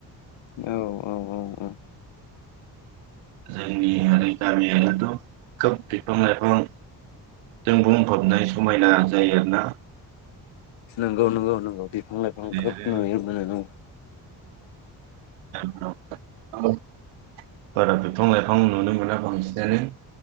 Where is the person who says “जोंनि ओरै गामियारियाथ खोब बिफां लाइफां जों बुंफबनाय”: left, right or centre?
Right